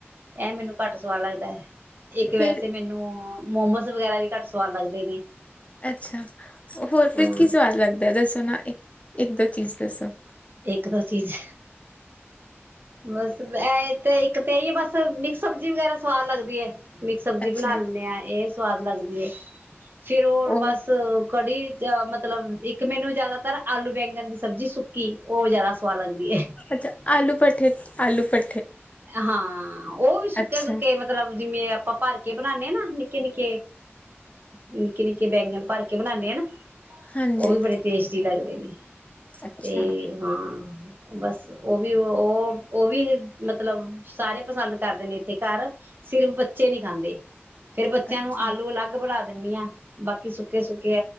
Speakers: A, on the right; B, on the left.
A: ਇਹ ਮੈਨੂੰ ਘੱਟ ਸਵਾਦ ਲੱਗਦਾ, ਇੱਕ
B: ਫਿਰ
A: ਵੈਸੇ ਮੈਨੂੰ ਮੋਮੋਜ਼ ਵਗੈਰਾ ਵੀ ਘੱਟ ਸਵਾਦ ਲੱਗਦੇ ਨੇ।
B: ਅੱਛਾ ਹੋਰ
A: ਹਾਂ
B: ਫਿਰ ਕੀ ਸਵਾਦ ਲੱਗਦਾ ਸਣਾ ਇੱਕ-ਦੋ ਚੀਜ਼। <unintelligible>
A: ਇੱਕ ਦੋ ਚੀਜ਼ ਬਸ ਇਹ ਤੇ ਇੱਕ ਤਾਂ ਇ ਹੈ ਬਸ ਮਿਕਸ ਸਬਜ਼ੀ ਵਗੈਰਾ ਸਵਾਦ ਲੱਗਦੀ ਏ। ਮਿਕਸ ਸਬਜ਼ੀ
B: ਅੱਛਾ
A: ਬਣਾ ਲੈਨੇ ਆ ਇਹ ਸਵਾਦ ਲਗਦੀ ਏ। ਫੇਰ ਹੋਰ
B: ਉਹ
A: ਬਸ ਕੜੀ ਮਤਲਬ ਇੱਕ ਮੈਨੂੰ ਜਿਆਦਾਤਰ ਆਲੂ ਬੈਂਗਣ ਦੀ ਸਬਜ਼ੀ ਸੁੱਕ ਕੀ ਉਹ ਜ਼ਿਆਦਾ ਸਵਾਦ ਲੱਗਦੀ ਹੈ
B: ਅੱਛਾ ਆਲੂ ਪਠੇ ਆਲੂ ਪ
A: ਹਾਂ ਉਹ ਵੀ ਸੁੱਕੇ-ਸੁੱਕੇ
B: ਅੱਛਾ
A: ਮਤਲਬ ਜਿਵੇਂ ਆਪਾਂ ਭਰ ਕੇ ਬਣਾਨੇ ਆ ਨਾ ਨਿੱਕੇ-ਨਿੱਕੇ, ਨਿੱਕੇ-ਨਿੱਕੇ ਬੈਂਗਣ ਭਰ ਕੇ ਬਨਾਨੇ ਆ ਨਾ।
B: ਹਾਂਜੀ
A: ਉਹ ਵੀ ਬੜੇ ਟੇਸਟੀ ਲੱਗਦੇ ਨੇ,
B: ਅੱਛਾ
A: ਤੇ ਹਾਂ ਬਸ ਉਹ ਵੀ ਉਹ ਉਹ ਵੀ ਮਤਲਬ ਸਾਰੇ ਪਸੰਦ ਕਰਦੇ ਨੇ ਇੱਥੇ ਘਰ ਸਿਰਫ਼ ਬੱਚੇ ਨਹੀਂ ਖਾਂਦੇ। ਫੇਰ ਬੱਚਿਆਂ
B: ਅੱਛਾ
A: ਨੂੰ ਆਲੂ ਅਲੱਗ ਬਣਾ ਦਿੰਨੀ ਆ ਬਾਕੀ ਸੁੱਕੇ-ਸੁੱਕੇ